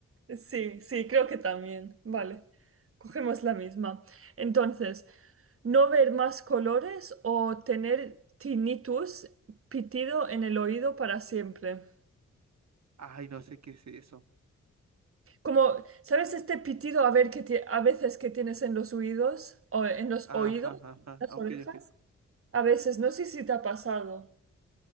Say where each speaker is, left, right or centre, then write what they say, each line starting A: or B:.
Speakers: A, on the right; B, on the right.
A: Sí, sí, creo que también. Vale, cogemos la misma. Entonces... No ver más colores o tener tinnitus, pitido en el oído para siempre.
B: Ay, no sé qué es eso.
A: Como, ¿sabes este pitido a ver que ti- a veces que tienes en los oídos o en los
B: Ajá,
A: oídos,
B: ajá,
A: las
B: ok,
A: orejas?
B: ok.
A: A veces, no sé si te ha pasado.